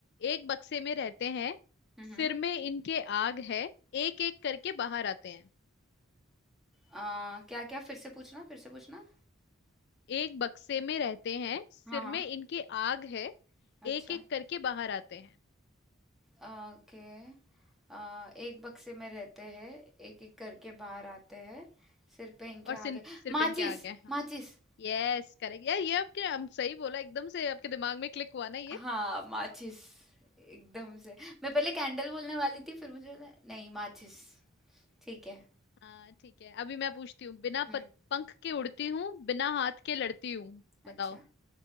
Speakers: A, on the left (about 55°); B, in the centre.
A: एक बक्से में रहते हैं
B: हम्म
A: सिर में इनके आग है एक एक करके बाहर आते हैं
B: आ, क्या क्या फिर से पूछना फिर से पूछना
A: एक बक्से में रहते हैं सिर
B: हाँ हाँ
A: में इनके आग है
B: अच्छा
A: एक एक करके बाहर आते हैं
B: ओके अ, एक बक्से में रहते हैं एक एक करके बाहर आते हैं सिर पे इनके
A: और सिर
B: आगे
A: सिर
B: माचिस
A: पे इनके आग है हाँ
B: माचिस
A: यस करेक्ट यार ये आपके हम सही बोला एकदम से आपके दिमाग में क्लिक हुआ ना
B: हाँ माचिस एकदम से मैं पहले कैंडल बोलने वाली थी फिर मुझे लगा- नहीं माचिस ठीक है
A: हाँ ठीक है अभी मैं पूछती हूँ बिना
B: हम्म
A: प- पंख के उड़ती हूँ बिना हाथ के लड़ती हूँ बताओ
B: अच्छा